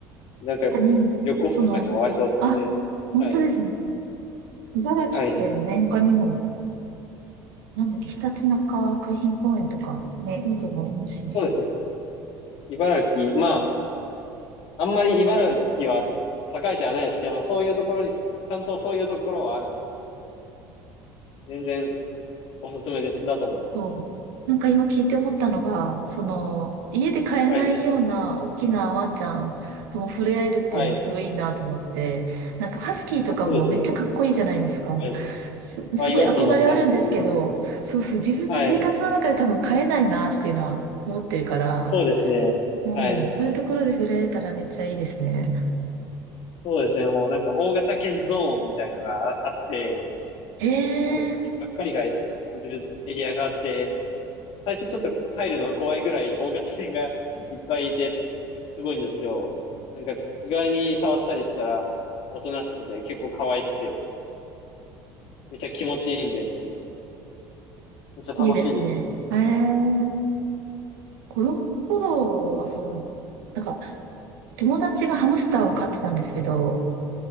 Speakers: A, on the left; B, on the right.
A: なんか、
B: あ、で、
A: 旅行とかには割とおすすめですね。
B: その、あ、本当ですね。
A: はい。
B: 茨城って何他にも
A: はい。
B: なんだっけ、ひたちなか海浜公園とかね、いいとこありますしね。
A: そうですね。茨城、まあ、あんまり茨城は栄えてはないですけど、まあ、そういうところに、ちゃんとそういうところはあるんで、全然おすすめでだと思います。
B: そう。なんか今聞いて思ったのが、その、家で飼えないような大きなワンちゃんとも触れ合えるっていうのがすごいいいなと思って、
A: はい。はい。
B: なんかハスキーとかもめっちゃかっこいいじゃないですか。
A: あ、そうですね。はい。
B: す、
A: あ、
B: すごい憧れあるんですけど、
A: います、います。タスキーもいますよ。
B: そうそう、自分の生活の中で多分飼えないなっていうのは思ってるから、
A: はい。そうですね。
B: うん、
A: はい。
B: そういうところで触れ合えたらめっちゃいいですね。
A: そうですね。もうなんか大型犬ゾーンみたいのがああって、
B: ええ
A: 大型犬ばっかりがいるエリアがあって、最初ちょっと入るの怖いぐらい大型犬がいっぱいいて、すごいんですけど、なんか意外に触ったりしたら、おとなしくて、結構可愛くて、めっちゃ気持ちいいんで、めっちゃ楽しいですよ。
B: いいですね。ええ子供の頃はそうだもん。なんか、友達がハムスターを飼ってたんですけど、